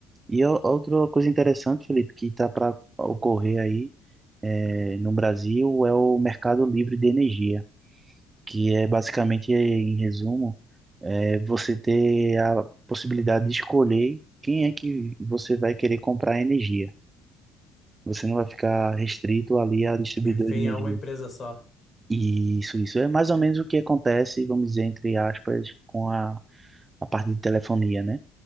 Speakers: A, on the right; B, on the left.
A: E o- outra coisa interessante, Felipe, que tá para ocorrer aí é, no Brasil é o mercado livre de energia, que é basicamente, em resumo, é você ter a possibilidade de escolher quem é que você vai querer comprar energia. Você não vai ficar restrito ali a distribuidor
B: Refém
A: de energia.
B: a uma empresa só.
A: Isso, isso. É mais ou menos o que acontece, vamos dizer, entre aspas, com a, a parte de telefonia, né?